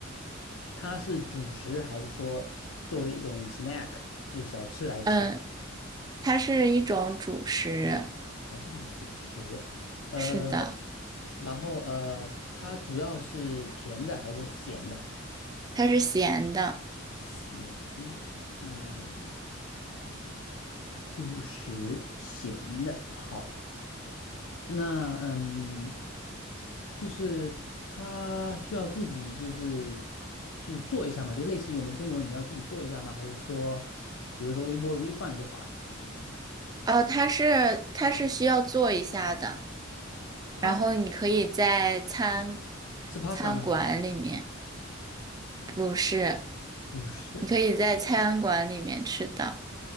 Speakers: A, on the left; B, on the right.
A: 它是主食还是说作为一种 snack，就是小吃来吃？
B: 嗯，它是一种主食。
A: 还是种主食，呃，
B: 是的，
A: 然后呃，它主要是甜的还是咸的？
B: 它是咸的。
A: 咸的，嗯，主食咸的，好，那嗯，就是它需要自己就是就是做一下嘛，就类似于我们中国你要自己做一下吗？还是说，比如说微波炉一放就好了
B: 哦，它是它是需要做一下的，
A: ？Pasta
B: 然后你可以在餐
A: 是 pasta
B: 餐馆里面，
A: 吗？
B: 不是，
A: 不是，
B: 你可以在餐馆里面吃的。